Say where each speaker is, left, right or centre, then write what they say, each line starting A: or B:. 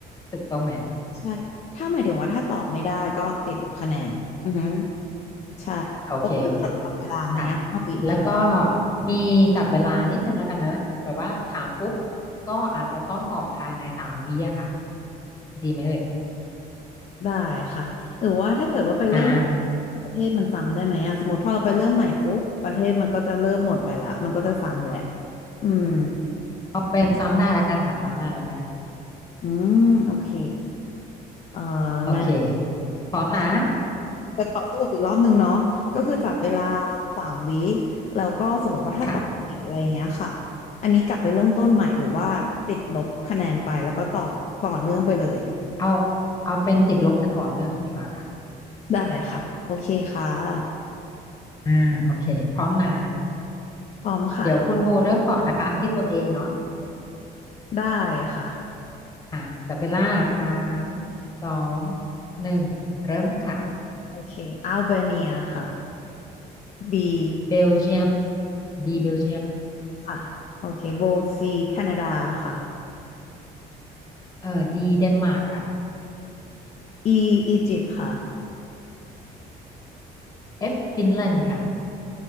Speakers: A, on the left; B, on the left.
A: ถูกต้องไหม
B: ใช่ถ้าหมายถึงว่าถ้าตอบไม่ได้ก็ติดลบคะแนนอือฮึใช่แล้วคุณจะตอบเวลาไหมอ่ะเอาปีไหม
A: โอเคโอเคค่ะแล้วก็มีจับเวลานิดนึงแล้วกันเนอะแบบว่าถามปุ๊บก็อาจจะต้องตอบภายในสามวิอะค่ะดีไหมเอ่ย
B: ได้ค่ะหรือว่าถ้าเกิดว่าไปเริ่ม
A: อ่า
B: ประเทศมันซ้ำได้ไหมอ่ะสมมติพอเราไปเริ่มใหม่ปุ๊บประเทศมันก็จะเริ่มหมดไปละมันก็จะซ้ำแหละอืม
A: เอาเป็นซ้ำได้แล้วกันค่ะซ้ำได้แล้วกัน
B: อืมโอเคเอ่อ
A: โอเค
B: งั้น
A: พร้อมนะ
B: จะขอสรุปอีกรอบนึงเนาะก็คือจับเวลาสามวิแล้วก็สมมติว่าถ้าตอบผิดอะไรเงี้ยค่ะ
A: <laughs> ค่ะ
B: อันนี้กลับไปเริ่มต้นใหม่หรือว่าติดลบคะแนนไปแล้วก็ต่อต่อเนื่องไปเลย
A: เอาเอาเป็นติดลบแต่ต่อเนื่องดีกว่าค่ะ
B: ได้ค่ะโอเคค่ะ
A: อ่าโอเคพร้อมนะ
B: พร้อมค่ะ
A: เดี๋ยวคุณโบเริ่มก่อนนะคะที่ตัว A เนาะ
B: ได้ค่ะ
A: อ่ะจับเวลาสามสองหนึ่งเริ่มค่ะ
B: โอเคอัลเบเนียค่ะ B
A: เบลเยียม B เบลเยียม
B: ค่ะโอเคโบ C แคนาดาค่ะ
A: เอ่อ D เดนมาร์กค่ะ
B: E อียิปต์ค่ะ
A: F ฟินแลนด์ค่ะ